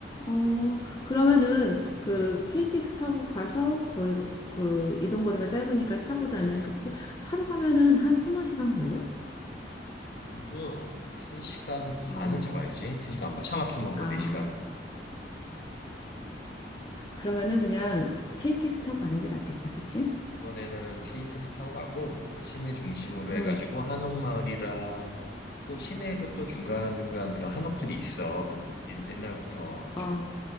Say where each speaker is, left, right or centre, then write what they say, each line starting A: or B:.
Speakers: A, on the left; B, on the left.
A: 어. 그러면은 그
B: 음,
A: KTX 타고 가서 거의
B: 음,
A: 그 이동 거리가 짧으니까 차보다는
B: 음.
A: 그치? 차로 가면은 한 서너 시간 걸려?
B: 전주 3시간 반은
A: 어.
B: 잡아야지. 3시간 반 차 막히면 뭐
A: 아.
B: 4시간.
A: 그러면은 그냥 KTX 타고 가는 게 낫겠다. 그치?
B: 이번에는 KTX 타고 가고 그 시내 중심으로
A: 응.
B: 해가지고 한옥마을이랑 그 시내에도 또 중간중간 그런 한옥들이 있어. 그런 옛- 옛날부터
A: 어.